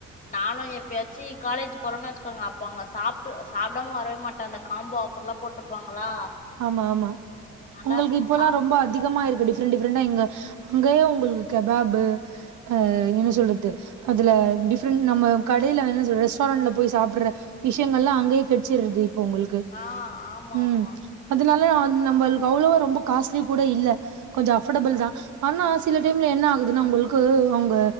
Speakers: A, on the left (about 25°); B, on the right (about 75°).
A: நாலு எப்யாச்சு காலேஜ் போறேம்ன் வச்சுக்கோங்க அப்போ அங்க சாப்டு சாப்டாமா வரவே மாட்டே அந்த காம்போ ஆஃப் பொருளா போட்ருப்பாங்களா
B: ஆமா ஆமா
A: நல்லா
B: உங்களுக்கு
A: இருக்கு
B: இப்பல்லா
A: சாப்ட்டு
B: ரொம்ப
A: வருவே
B: அதிகமா இருக்கு டிப்ரண்ட் டிஃப்ரெண்டா இங்க அங்கேயே உங்களுக்கு கெபாபு அ என்ன
A: ம்
B: சொல்றது அதுல டிஃப்ரெண்ட் நம்ம கடையில என்ன சொல்ற ரெஸ்டாரண்டில போய் சாப்புற விஷயங்கள் எல்லா அங்கயே கெடைச்சிடுது இப்போ உங்களுக்கு
A: ஆ ஆமா
B: ம்
A: ஆமா
B: அதனால நம்ளுக்கு அவ்ளவா ரொம்ப காஸ்ட்லி கூட இல்ல கொஞ்சம் அஃபோர்டபிள்
A: ம்
B: தா ஆனா சில சில டைம்ல என்ன ஆகுதுன்னா உங்களுக்கு அவங்க